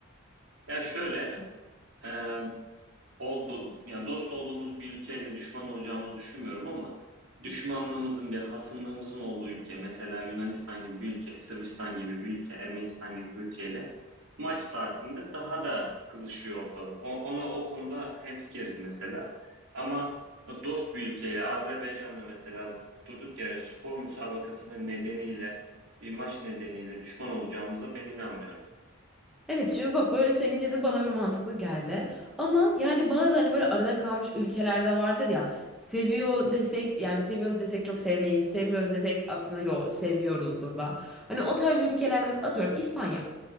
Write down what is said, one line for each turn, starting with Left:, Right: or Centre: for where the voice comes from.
Right: Ya şöyle, e, oldu, yani dost olduğumuz bir ülkeyle düşman olacağımızı düşünmüyorum ama düşmanlığımızın bir hasımlığımızın olduğu ülke mesela Yunanistan gibi bir ülke, Sırbistan gibi bir ülke, Ermenistan gibi bir ülkeyle maç saatinde daha da kızışıyor ortalık. O, ona o konuda hemfikiriz mesela. Ama dost bir ülkeyle Azerbaycan'la mesela durduk yere spor müsabakasının nedeniyle bir maç nedeniyle düşman olacağımıza ben inanmıyorum.
Centre: Evet şimdi bak böyle söyleyince de bana bir mantıklı geldi. Ama yani bazı hani böyle arada kalmış ülkelerde vardır ya. Seviyor desek yani seviyoruz desek çok sevmeyiz. Sevmiyoruz desek aslında yo seviyoruzdur da. Hani o tarz ülkelerde mesela atıyorum İspanya.